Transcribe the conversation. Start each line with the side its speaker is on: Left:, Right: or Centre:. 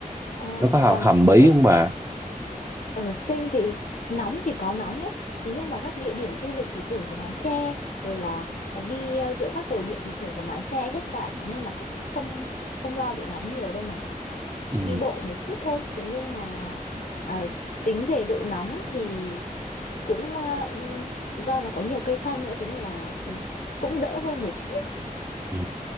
Left: ờ,
Right: Nó có hầm,
Left: còn
Right: hầm bí
Left: ở
Right: không bà?
Left: ở Sing thì nóng thì có nóng nhá thế nhưng mà các địa điểm du lịch thì thường có mái che rồi là, là đi ờ, giữa các tàu điện thì thường có mái che hết cả thế nên là cũng không không lo bị nóng nhiều đâu này
Right: Ừ.
Left: đi bộ một chút thôi thế nhưng mà à, tính về độ nóng thì cũng ờ, do nó có nhiều cây xanh nữa thế nên là ừ, cũng đỡ hơn một chút
Right: Ừ.